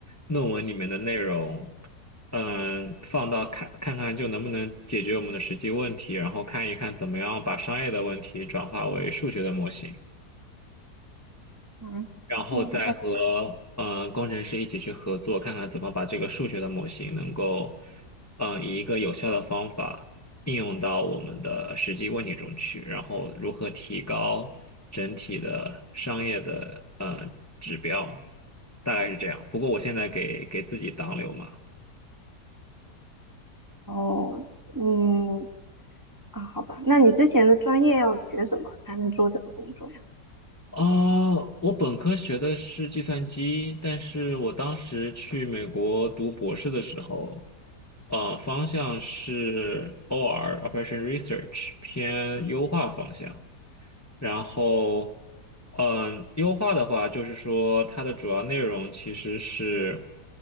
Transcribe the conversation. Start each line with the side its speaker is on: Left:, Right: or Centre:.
Left: 论文里面的内容，嗯，放到看看看就能不能解决我们的实际问题，然后看一看怎么样把商业的问题转化为数学的模型。
Right: 嗯，
Left: 然后再和嗯工程师一起去合作，
Right: 听不太懂啊。
Left: 看看怎么把这个数学的模型能够，嗯以一个有效的方法应用到我们的实际问题中去，然后如何提高整体的商业的呃指标，大概是这样。不过我现在给给自己挡柳嘛。
Right: 哦，嗯，啊，好吧，那你之前的专业要学什么才能做这个工作呀？
Left: 啊，我本科学的是计算机，但是我当时去美国读博士的时候，呃，方向是 OR (Operation Research) 偏优化方向。然后，嗯，优化的话，就是说它的主要内容其实是，